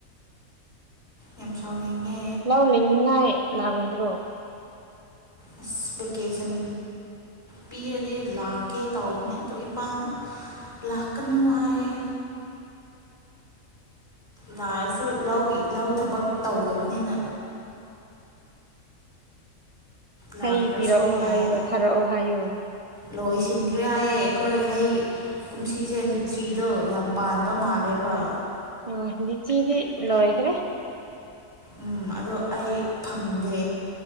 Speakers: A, on the left (about 20°); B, on the right (about 55°).
A: ꯌꯥꯝꯦꯝ ꯁꯥꯎꯅꯤꯒ
B: ꯂꯥꯛ ꯂꯤꯡꯅꯤꯉꯥꯏ ꯂꯥꯛꯑꯣꯣꯏꯗ꯭ꯔꯣ <inaudible>
A: ꯑꯁ ꯚꯦꯀꯦꯁꯟ ꯄꯤꯔꯗꯤ ꯂꯥꯛꯀꯦ ꯇꯧꯕꯅꯦ ꯑꯗꯣ ꯏꯄꯥꯅ ꯂꯥꯛꯅꯨ ꯍꯥꯏꯌꯦ ꯂꯥꯛꯑꯁꯨ ꯂꯧꯒꯤ ꯂꯧ ꯊꯕꯛ ꯇꯧꯗꯕꯅꯤꯅ ꯂꯥꯛꯇ꯭ꯔꯁꯨ
B: ꯍꯩ ꯄꯤꯔꯛꯑꯣ ꯍꯥꯏꯌꯣ
A: ꯌꯥꯏ
B: ꯊꯥꯔꯛꯑꯣ ꯍꯥꯏꯌꯣ
A: ꯂꯣꯏꯁꯤꯟꯈ꯭ꯔꯦ ꯍꯥꯏꯌꯦ ꯑꯩꯈꯣꯏ ꯍꯩ ꯀꯨꯝꯁꯤꯁꯦ ꯂꯤꯆꯤꯗꯣ ꯌꯥꯝ ꯄꯥꯟꯕ ꯃꯥꯜꯂꯦꯕ
B: ꯑꯗꯤꯆꯤꯗꯤ ꯂꯣꯏꯈꯔꯦ
A: ꯎꯝ ꯑꯗꯣ ꯑꯩ ꯐꯪꯗꯦ